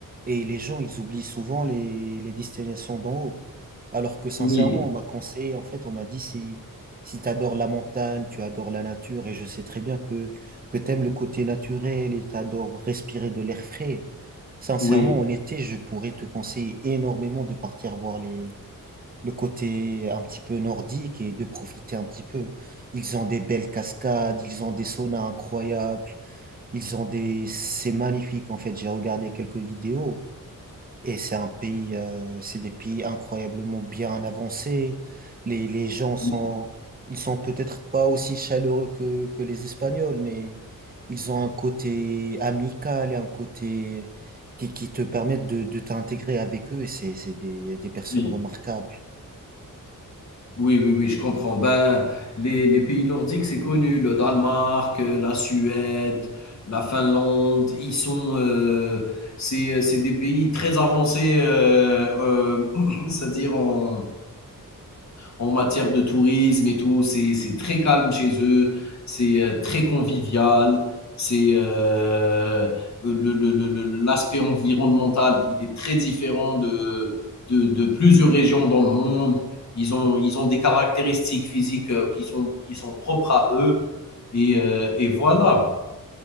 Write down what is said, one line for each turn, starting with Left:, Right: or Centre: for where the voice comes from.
Right: Et les gens, ils oublient souvent les, les destinations d'en haut. Alors que sincèrement,
Left: oui,
Right: on m'a conseillé, en fait, on m'a dit si, si tu adores la montagne, tu adores la nature, et je sais très bien que, que tu aimes le côté naturel et tu adores respirer de l'air frais. Sincèrement,
Left: oui.
Right: en été, je pourrais te conseiller énormément de partir voir les, le côté un petit peu nordique et de profiter un petit peu. Ils ont des belles cascades, ils ont des saunas incroyables, ils ont des... C'est magnifique en fait, j'ai regardé quelques vidéos. Et c'est un pays, euh, c'est des pays incroyablement bien avancés. Les, les gens sont,
Left: Oui,
Right: ils sont peut-être pas aussi chaleureux que, que les Espagnols, mais ils ont un côté amical et un côté qui, qui te permettent de, de t'intégrer avec eux. Et c'est, c'est des, des personnes
Left: oui.
Right: remarquables.
Left: Oui, oui, oui, je comprends. Ben, les, les pays nordiques, c'est connu. Le Danemark, euh, la Suède, la Finlande, ils sont, euh, c'est, euh, c'est des pays très avancés, euh, euh, <clears throat> c'est-à-dire en, en matière de tourisme et tout. C'est, c'est très calme chez eux, c'est euh, très convivial, c'est euh, euh, le- le- le- l'aspect environnemental, il est très différent de, de, de plusieurs régions dans le monde. Ils ont, ils ont des caractéristiques physiques euh, qui sont, qui sont propres à eux. Et, euh, et voilà.